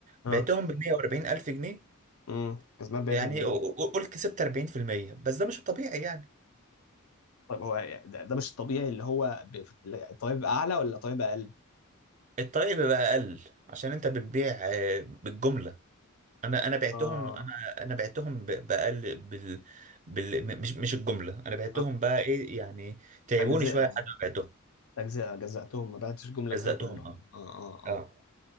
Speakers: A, on the left; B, on the right.
A: اه
B: بعتهم بمية وأربعين ألف جنيه
A: امم كسبان 40%
B: يعني قول كسبت أربعين في المية بس ده مش الطبيعي يعني
A: طيب هو ده, ده مش الطبيعي اللي هو ب- الطبيعي بقى اعلى ولا الطبيعي بقى اقل
B: الطبيعي بيبقى أقل عشان أنت بتبيع آه بالجملة انا انا بعتهم
A: اه
B: انا انا بعتهم ب- بأقل بال, بال م- مش مش الجمله انا بعتهم
A: اه
B: بقى ايه يعني تعبوني
A: تجزئه
B: شويه
A: يعني،
B: لحد ما بعتهم
A: تجزئه جزأتهم ما بعتش جمله
B: جزأتهم
A: كده كلهم
B: اه
A: اه اه اه
B: اه